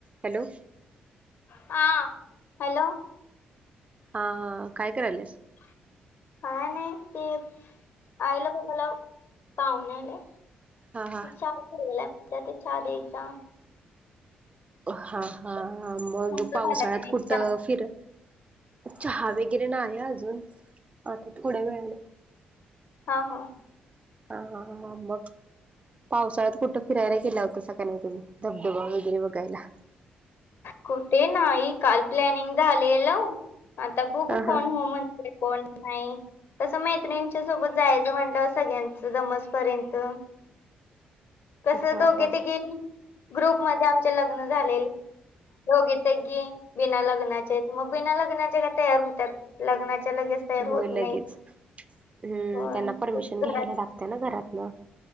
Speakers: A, on the right; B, on the left.
A: Hello!
B: हा hello!
A: हा हा काय करायलस?
B: काय नाही ते आई ला बोलाव पाहुणे आले ते,
A: हा हा
B: चहा ला ठेवले ते आता चहा द्यायचा.
A: हा हा मग
B: तुमचा
A: पावसाळ्यात
B: झाला की नाही
A: कुठं
B: चहा
A: फिर, चहा वगैरे नाहीअजून, आता थोडा वेळाने.
B: हाव का.
A: हा हा मग. पावसाळ्यात कुठे फिरायला गेला होतास का नाही तुम्ही धबधबा वगैरे बघायला.
B: कुठे नाही काल प्लॅनिंग झाला आत्ता बघू
A: हा
B: कोण
A: हा
B: हो म्हणतंय. कोण नाही. तसं मैत्रिणींच्या सोबत जायचं म्हटलं सगळ्यांचं जमजपर्यंत.
A: <inaudible>
B: कसं
A: हा
B: दोघे
A: हा
B: तिघे ग्रुप मध्ये आमच्या लग्न झाले. दोघी तेगी बिना लग्नाचे मग बिना लग्नाचे का तयार होतात लग्नाच्या लगेच. तयार
A: होय
B: होत
A: लगेच
B: नाहीत
A: हम्म
B: होय
A: त्यांना परमिशन घ्यायला लागतय ना घरातन.